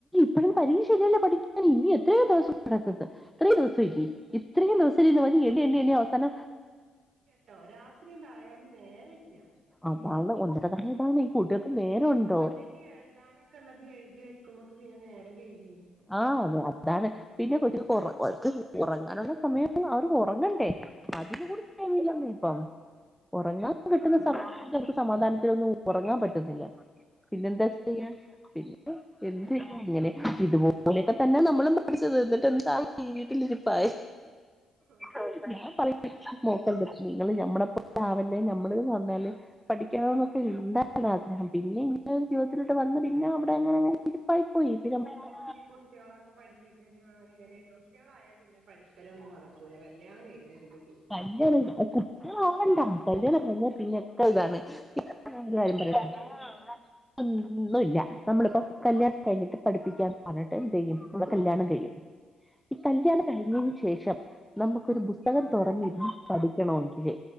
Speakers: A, in the centre; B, on the right (about 65°).
A: ഇപ്പെഴും പരീക്ഷയില്ലല്ലോ പഠിക്കാൻ ഇനി എത്രയോ ദിവസം കിടക്ക്ന്ന് ഇത്രയും ദിവസയില്ലേ
B: ആഹ്
A: ഇത്രയും ദിവസം ഇരുന്ന് എണ്ണി എണ്ണി അവസാനം
B: ട്ടോ രാത്രിയാണ്ട് ആയാല് നേരല്ല്യ
A: അതാണ് ഒന്നാമത്തെ പ്രശ്നം ഇതാണ് ഈ കുട്ടികൾക്ക് നേരവുണ്ടോ?
B: നാളത്തേക്ക് എഴുതാനൊക്കെ ഇള്ളത് എഴുതി വെക്കുമ്പോക്ക് പിന്നെ നേരം കഴിഞ്ഞ്
A: ആഹ് അതെ അതാണ് പിന്നെ കൊച്ചുങ്ങക്ക് ഒറങ്ങ ഓൽക്ക് ഒറങ്ങാനുള്ള സമയം കാണുവോ അവർ ഒറങ്ങണ്ടേ അതിനും കൂടി ടൈമില്ലന്നേ ഇപ്പം ഒറങ്ങാ കിട്ടുന്ന
B: ആഹ്
A: സമയ ത്ത് സമാധാനത്തിലൊന്ന് ഒറങ്ങാൻ പറ്റുന്നില്ല പിന്നെന്താ
B: ഇല്ല
A: ചെയ്യാ പിന്നെ
B: ആഹ്
A: എന്ത് ഇങ്ങനെ ഇതുപോ ലൊക്കെ തന്നെയ നമ്മളും പഠിച്ചത് എന്നിട്ട് എന്തായി വീട്ടിലിരിപ്പായി
B: അതന്നെ
A: അതെ ഞാൻ പറിയും നോക്ക് മക്കളെ നിങ്ങള് നമ്മളെ പോലെ ആവല്ലേ നമ്മളേ നന്നാല്ല് പഠിക്കണംന്നൊക്കെ ഉണ്ടായിര്ന്ന് ആഗ്രഹം പിന്നെ ഇങ്ങനെ ഒരു ജീവിതത്തിലോട്ട് വന്ന് പിന്നെ അവിടെ അങ്ങനെങ്ങന്നെ ഇരിപ്പായി പോയി ഇപ്പോ ' <unintelligible>
B: നമുക്ക് ഈ കുട്ടിയോളക്കെ പഠിപ്പിക്കലും അങ്ങനിം ഇങ്ങനെക്കെ കുട്ടികളായ പിന്നെ പഠിക്കലൊന്നും നടക്കൂല കല്യാണം കഴിഞ്ഞാ പിന്നെ കഴിഞ്ഞ്
A: <unintelligible> കുഞ്ഞുങ്ങള് ആവണ്ടാ കല്യാണം കഴിഞ്ഞ പിന്നെ ഒക്കെയിതാണ്
B: ആഹ്
A: ഞാൻ ഒരു
B: കല്യാണം
A: കാര്യം പറയട്ടെ ഇപ്പൊ
B: കഴിഞ്ഞാ
A: ഒന്നുവില്ല നമ്മളിപ്പം കല്യാണം കഴിഞ്ഞിട്ട് പഠിപ്പിക്കാന്ന് പറ പറഞ്ഞിട്ട് എന്തെയ്യും നമ്മടെ കല്യാണം കഴിയും ഈ കല്യാണം കഴിഞ്ഞേന് ശേ ശേഷം നമുക്കൊരു പുസ്തകം തൊറന്നിരിന്ന് പഠിക്കണോങ്കില്